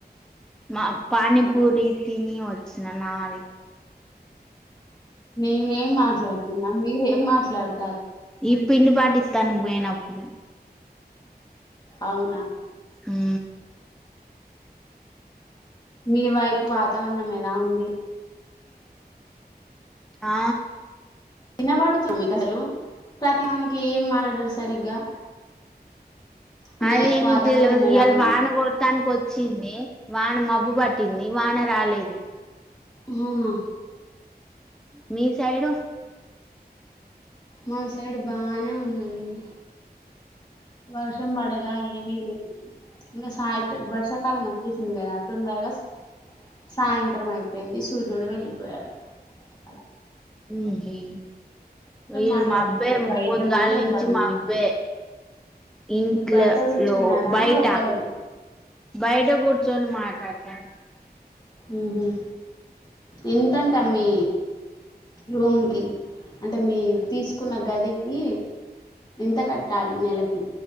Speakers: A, in the centre; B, on the left.
A: మా పానీపూరి తిని వచ్చిన నావి
B: నేనేం మాట్లాడుతున్నా మీరేం మాట్లాడుతు
A: ఈ పిండి పాటిత్తాను పోయినప్పుడు
B: అవునా
A: అ
B: మీ వైపు వాతావరణం ఎలా ఉంది?
A: ఆ
B: వినబడుతుంది మీకు అసలు ప్రతి దానికి ఏం మాట్లాడరు సరిగ్గా మీ
A: అ
B: వైపు
A: ఇంగిది
B: వాతావరణం
A: లోల్
B: ఎలా
A: ఇయల
B: ఉంది
A: వాన కొడతాంది పో వచ్చింది వాన మబ్బు పట్టింది వాన రాలేది
B: ఉవునా
A: మీ సైడు?
B: మా సైడ్ బానే ఉందండి. వర్షం పడేలా ఏమి లేదు ఇంగ సాయితే వర్షాకాలం వచ్చేసింది కదా తొందరగా సాయంత్రం అయిపోయింది. సూర్యుడు వెళ్ళిపోయాడు అలా
A: ఉ ఇ పోయ
B: మాట్లాడుతున్నారు
A: మాబ్బే
B: బయటనా
A: పోద్దిగాల
B: లోపలనా
A: నుంచి మబ్బే ఇంట్ల
B: మీరు బయట కూర్చున్నారా
A: లో బయట
B: లోపల
A: బయట కూర్చొని మాట్లాడతాను.
B: ఉహు ఎంతంట మీ రూమ్ కి? అంటే మీ తీసుకున్న గదికి ఎంత కట్టాలి నెలకి?